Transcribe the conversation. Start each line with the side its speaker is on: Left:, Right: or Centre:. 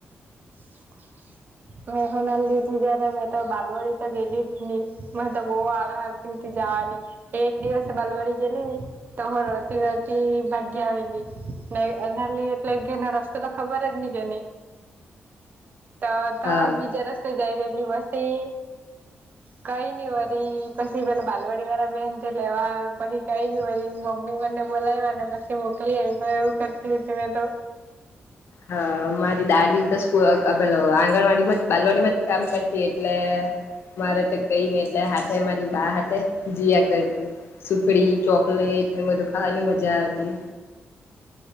Right: <inaudible> મેં હો નાલ્લી ઉત્તી ત્યારે મેં તો બાલવાડી તો ગેલી જ ની, મેં તો બહુ આળહ આવતી હતી જા એક દિવસ બાલવાડી ગેલી તો હો રડતી રડતી ભાગ્યા આવેલી. ન નાલ્લી એટલે ઘરનો રસ્તો તો ખબર જ નહી કેની. તો ત
Left: હા
Right: બીજા રસ્તે જઈ રહેલી પસી કઈ નઈ વરી પછી પેલા બાલવાડી વાળા બેન તો લેવા પછી કઈ નહી વળી મમ્મી મને બોલાવ્યાને પછી મોકલી આયપા એવું કરતી હતી મેં તો.
Left: હા મારી દાડી તો સ્કૂ પેલો આંગણવાડી માં જ બાલવાડીમાં જ કામ કરતી એટલે મારે તો કઈ ને એટલે હાથે મારી બા હાથે જીયા કરતી. સુખડી, ચોકલેટ ને બધું ખાવાની મજા આવતી.